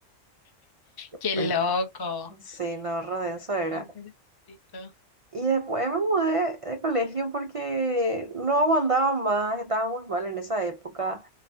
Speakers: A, on the left; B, on the right.
A: ¡Qué
B: Pero,
A: loco!
B: sí, no, Rodenso era.
A: Súper estricto.
B: Y después me mudé de colegio porque no aguantaba más, estaba muy mal en esa época,